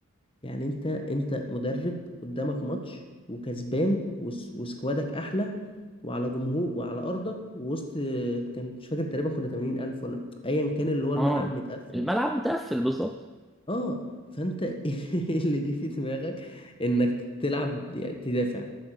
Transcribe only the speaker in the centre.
اه
الملعب متقفل بالظبط